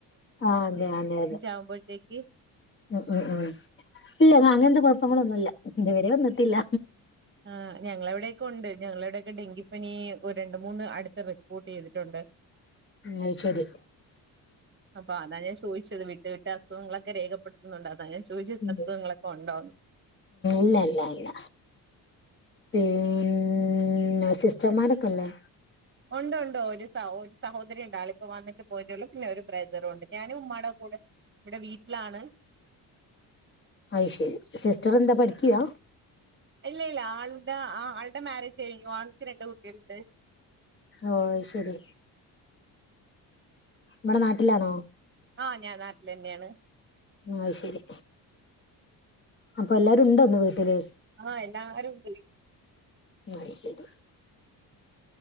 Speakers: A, on the left (about 30°); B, on the right (about 25°).
A: ആഹ അതെ അതെ അതെ
B: ആകുമ്പോഴത്തേക്ക്
A: ഉ ഉം ഉം ഇല്ല അങ്ങനതെ കുഴപ്പങ്ങളൊന്നുമ ഇല്ല ഇതുവരെ വന്നിട്ടല്ല
B: ആ ഞങ്ങളെ എവിടെൊക്കെ ഉണ്ട് ഞങ്ങളവിടെ ഡെങ്കിപ്പനി രണ്ട മൂന്ന് അടുത്ത് റിപ്പോർട്ട് ചെയ്തിട്ടുണ്ട്
A: അ ശരി
B: അപ്പൊ അതാ ഞാൻ ചോദിച്ചത് വിട്ട വീട്ട് അസുഖങ്ങളൊക്കെ രേഖപ്പെടുത്തുന്നുണ്ട് അതാണ് ഞാൻ ചോദിച്ച
A: ഉം
B: അസുഖങ്ങളൊക്കെ ഉണ്ടോന്ന്
A: ഇല്ല ഇല്ല ഇല്ല പിന്ന സിസ്റ്റർമാരക്കല്ലേ
B: ഉണ്ടണ്ടോ ഒരു സ ഒരു സഹോദരി ഉണ്ട ആളിപ്പോ വന്നിട്ട് പോയിട്ടേളു പിന്നെ ഒരു ബ്രദറുണ്ട് ഞാനും ഉമ്മ്മമാടെ കൂടെ ഇവിടെ വീട്ടിലാണ്
A: അയ്ശരി സിസ്റ്റർ എന്താ പഠിക്കിയാ
B: ഇല്ല ഇല്ല ആളുടെ ആളുടെ മാരേജ് കഴിഞ്ഞു ആൾക്ക് രണ്ട് കുട്ടികളണ്ട്
A: ഓ ശരി നമ്മടെ നാട്ടിലാണോ
B: ആഹ ഞാൻ നാട്ടിൽ തന്നെയാണ്
A: ആ ശരി അപ്പൊ എല്ലാരും ഇണ്ടോന്ന്ു വീട്ടില്
B: ആഹ എല്ലാരും ണ്ട്
A: അത് ശരി